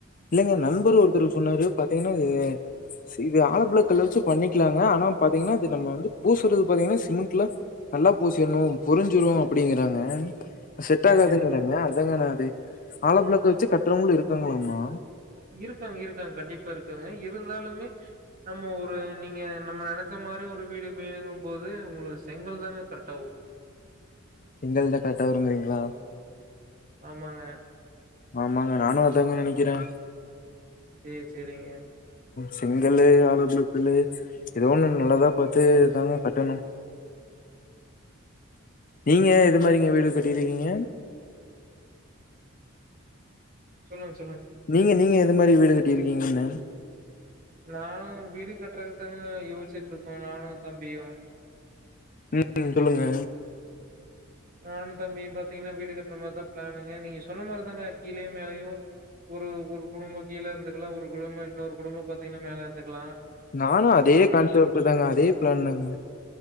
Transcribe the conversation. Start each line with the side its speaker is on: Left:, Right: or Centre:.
Left: இல்லேங்க நண்பர் ஒருத்தர்க்கு சொன்னாரு பாத்தீங்கன்னா இது இது ஆலம்பிழாக் கல்ல வச்சு பண்ணிக்கலாங்க ஆனா பாத்தீங்கன்னா இது நம்ம வந்து பூசுறது பாத்தீங்கன்னா சிமெண்ட்ல நல்லா பூசிடணு பொரிஞ்சுரு அப்புடிங்கிறாங்க. செட்
Right: சரி,
Left: ஆகாதுங்கிறாங்க
Right: சரிங்க.
Left: அதங்கனா அது ஆளம்பிளாக்க வச் ச்சு கட்டறவங்கலு இருக்காங்களாம்மா.
Right: இருக்காங்க இருக்காங்க கண்டிப்பா இருக்காங்க இருந்தாலுமே. நம்ம ஒரு நீங்க நம்ம நெனச்ச மாரி ஒரு. ங்க வீடு வேணுங்கும் போது உங்களது செங்கல் தாங்க கரெக்டா வரு
Left: செங்கல்தா கரெக்டா வருங்குறீங்களா.
Right: ஆமாங்க.
Left: ஆமாங்க நானு அதாங்க நெனக்கிறே
Right: சேர் செரிங்க
Left: செங்கல்லு ஆலோப்ளாக் கல்லு எதோ ஒன்னு நல்லதா பாத்து தாங்க கட்டணு நீங்க எது மாரிங்க வீடு கட்டிருக்கீங்க
Right: சொல்லுங்
Left: நீங்க நீங்க எது மாரி வீடு கட்டிருக்கீங்கண்ண
Right: நா வீ டு கட்டறதுக் தாங்க யோசிச்சுட்டு இருக்க நானு தம்பியு
Left: ம் சொல்லுங்க.
Right: நானு தம்பியு பாத்தீங்கனா வீடு கட்ற மாரி தா பிளானுங்க நீங்க சொன்ன மாரி தாங்க கீழயு மேலயு ஒரு ஒரு குடும்போ கீழ இருந்துக்கலா ஒரு குடும்போ இன்னோரு குடும்போ பாத்தீங்கனா மேல இருந்துக்கலா
Left: நானு அதே கான்சப்ட்டு தாங்க அதே பிளான் தாங்க.